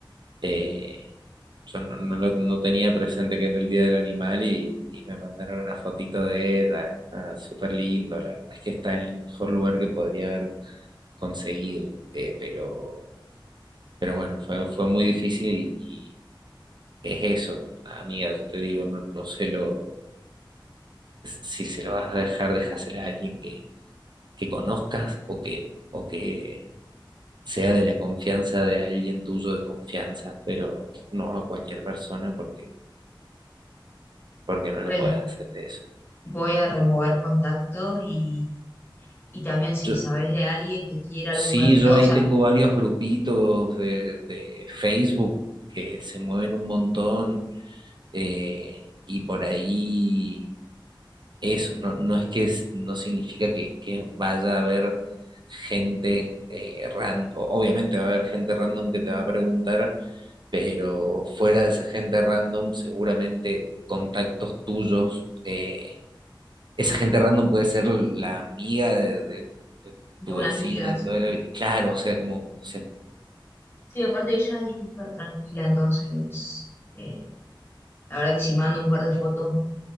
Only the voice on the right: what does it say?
eh, yo no, no lo- no tenía presente que era el Día del Animal y, y me mandaron una fotito de ella, ah, súper lindo, la verdad es que está en el mejor lugar que podría haber conseguido, eh, pero, pero bueno, fue, fue muy difícil y, y es eso, amiga, yo te digo, no, no se lo, si se lo vas a dejar, déjasela a alguien que conozcas o que, o que sea de la confianza de alguien tuyo de confianza, pero no a cualquier persona porque, porque no
le puedes hacer eso.
Yo,
sí,
yo ahí
tengo varios grupitos de, de Facebook que se mueven un montón eh, y por ahí Eso, no, no es que es- no significa que, que vaya a haber gente random, obviamente va a haber gente random que te va a preguntar, pero fuera de esa gente random, seguramente contactos tuyos, eh, esa gente random puede ser la amiga de, de- de
tu
vecina
de
toda la vida. Claro, o sea, como, o sea,